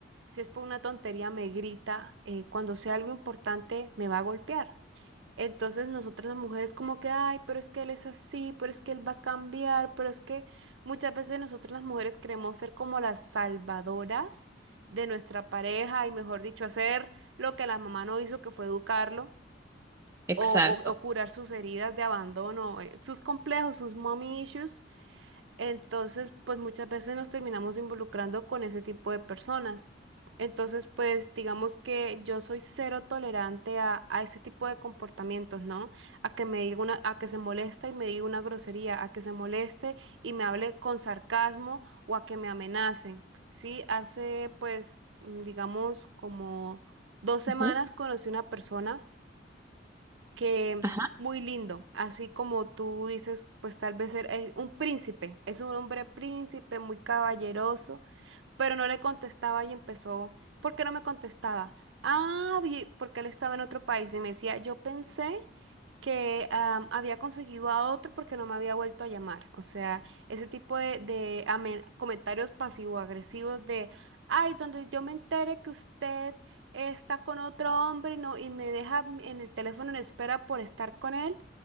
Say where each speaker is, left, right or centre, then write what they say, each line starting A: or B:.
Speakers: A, on the right; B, on the right.
A: Si es por una tontería, me grita. eh, cuando sea algo importante, me va a golpear. Entonces nosotras las mujeres como que, ay, pero es que él es así, pero es que él va a cambiar, pero es que muchas veces nosotras las mujeres queremos ser como las salvadoras de nuestra pareja y mejor dicho, hacer lo que la mamá no hizo, que fue educarlo
B: Exacto.
A: o, o- o curar sus heridas de abandono, eh, sus complejos, sus mommy issues. Entonces, pues muchas veces nos terminamos involucrando con ese tipo de personas. Entonces, pues digamos que yo soy cero tolerante a, a ese tipo de comportamientos, ¿no? A que me diga una, a que se moleste y me diga una grosería, a que se moleste y me hable con sarcasmo o a que me amenacen. Sí, hace pues, mm, digamos, como dos semanas
B: Ujú.
A: conocí una persona que
B: Ajá.
A: muy lindo, así como tú dices, pues tal vez er- es un príncipe, es un hombre príncipe muy caballeroso pero no le contestaba y empezó, ¿por qué no me contestaba? Ah, vi- porque él estaba en otro país y me decía, yo pensé que am, había conseguido a otro porque no me había vuelto a llamar. O sea, ese tipo de, de amen- comentarios pasivo-agresivos de, ay, donde yo me entere que usted está con otro hombre no, y me deja en el teléfono en espera por estar con él,